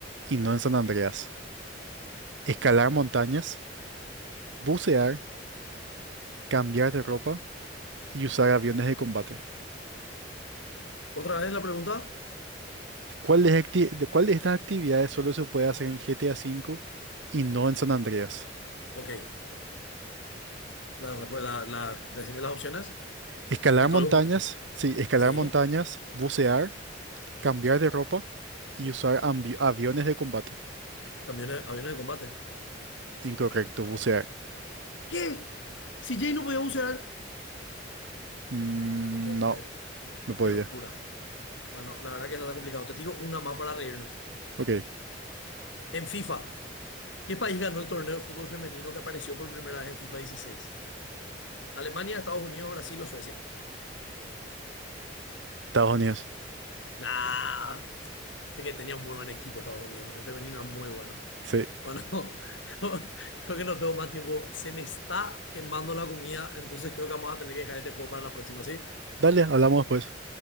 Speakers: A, on the right; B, on the left.
A: y no en San Andreas? Escalar montañas, bucear, cambiar de ropa y usar aviones de combate.
B: ¿Otra vez la pregunta?
A: ¿Cuál de, acti- de- cuál de estas actividades solo se puede hacer en GTA V y no en San Andreas?
B: Ok. La, respu- la, la, decime las opciones.
A: Escalar
B: Me colgué
A: montañas,
B: un poquito.
A: sí, escalar
B: Sí,
A: montañas, bucear, cambiar de ropa y usar ambi- aviones de combate.
B: aviones, aviones de combate.
A: Incorrecto, bucear.
B: ¿Qué? Si Jay no podía bucear.
A: Mm,
B: No puedo
A: no,
B: creer.
A: no podía.
B: Qué locura. Bueno, la verdad que eso está complicado. Te tiro una más para reírnos.
A: Ok,
B: En FIFA, ¿qué país ganó el torneo de fútbol femenino que apareció por primera vez en FIFA dieciséis ¿Alemania, Estados Unidos, Brasil o Suecia?
A: Estados Unidos.
B: Nah, es que tenía un muy buen equipo Estados Unidos. El femenino era muy bueno.
A: Sí.
B: Bueno, <laughs> creo, creo que no tengo más tiempo. Se me está quemando la comida, entonces creo que vamos a tener que dejar este juego para la próxima, ¿sí?
A: Dale, hablamos después.